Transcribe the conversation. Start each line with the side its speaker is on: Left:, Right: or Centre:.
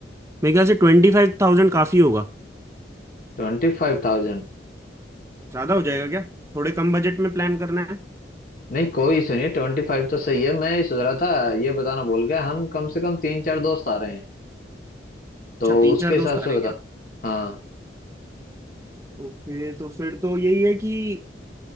Right: मेरे ख्याल से ट्वेंटी फाइव थाउजेंड काफी होगा
Left: ट्वेंटी फाइव थाउजेंड
Right: ज्यादा हो जाएगा क्या थोड़े कम बजट में प्लान करना है
Left: नहीं कोई इशू नहीं ट्वेंटी फाइव तो सही है मैं ये सोच रहा था ये बताना भूल गया हम कम से कम तीन चार दोस्त आ रहे हैं तो
Right: अच्छा तीन
Left: उसके
Right: चार
Left: हिसाब
Right: दोस्त आ
Left: से
Right: रहे हैं
Left: बता
Right: क्या
Left: हाँ
Right: ओके तो फिर तो यही है कि